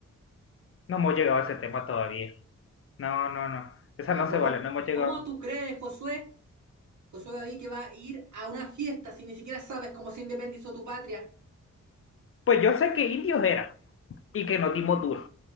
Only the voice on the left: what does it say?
No hemos llegado a ese tema todavía. No, no, no. Esa
no
se vale, no hemos llegado.
Pues yo sé que indios era y que nos dimos duro,